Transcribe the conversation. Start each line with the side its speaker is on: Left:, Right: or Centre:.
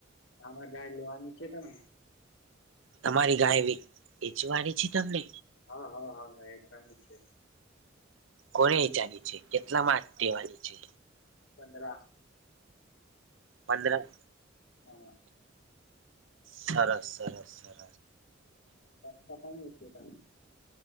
Left: આમાર ગાડી લેવાની છે, તમને.
Right: તમારી ગાયવી વેચવાની છે તમને?
Left: હા હા હા હા એ પણની છે
Right: કોને
Left: એકાની
Right: ચાની છે કેટલા માર્ દેવાની છે.
Left: પંદ્ર.
Right: પંદર.
Left: હા.
Right: સરારસ સરસ સર.
Left: તમા તમે